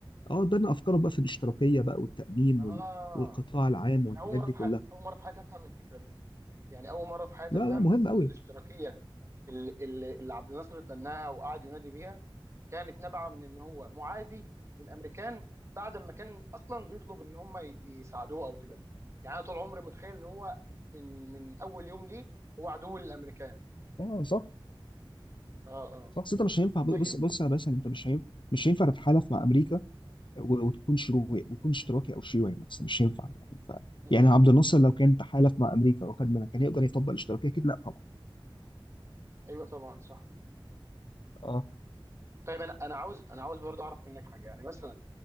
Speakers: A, on the left; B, on the right.
A: اه ده انا افكاره بقى في الاشتراكيه بقى والتأميم
B: اه
A: وال... والقطاع العام والحاجات
B: انا اول مره
A: دي
B: في
A: كلها
B: ح... اول مره في حياتي افهم الفكره دي يعني اول مره في حياتي
A: لا
B: افهم
A: لا مهم
B: ان
A: قوي
B: الاشتراكيه اللي, اللي اللي عبد الناصر اتبناها وقعد ينادي بيها كانت نابعه من ان هو معادي للامريكان بعد ما كان اصلا بيطلب ان هم ي- يساعدوه او كده يعني انا طول عمري متخيل ان هو من من اول يوم ليه هو عدو للامريكان
A: لا صح
B: اه اه
A: صح بس انت مش هينفع بص
B: طيب
A: بص يا باشا انت مش هينفع مش هينفع تتحالف مع امريكا و- وتكون شيوعي وتكون اشتراكي او شيوعي مثلا مش هينفع يعني ف...
B: مم.
A: يعني عبد الناصر لو كان تحالف مع امريكا وكان منها كان يقدر يطبق الاشتراكيه اكيد لا طبعا
B: ايوه طبعا صح
A: اه
B: طيب انا انا عاوز انا عاوز برضه اعرف منك حاجه يعني مثلا